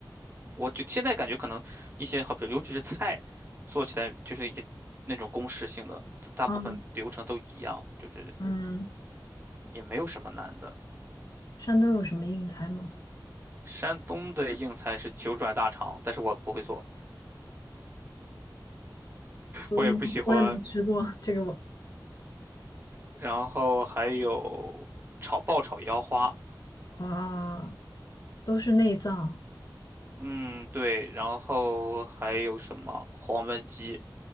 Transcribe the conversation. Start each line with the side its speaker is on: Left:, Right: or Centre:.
Right: 我就现在感觉可能一些好比如尤其是菜做起来就是也那种公式性的，大部分流程都一样，
Left: 啊，
Right: 就是
Left: 嗯，
Right: 也没有什么难的。
Left: 山东有什么硬菜吗？
Right: 山东的硬菜是九转大肠，但是我不会做，
Left: 嗯，
Right: 我也不喜欢。
Left: 我也没吃过这个我。
Right: 然后还有炒爆炒腰花，
Left: 啊，都是内脏
Right: 嗯对，然后还有什么黄焖鸡，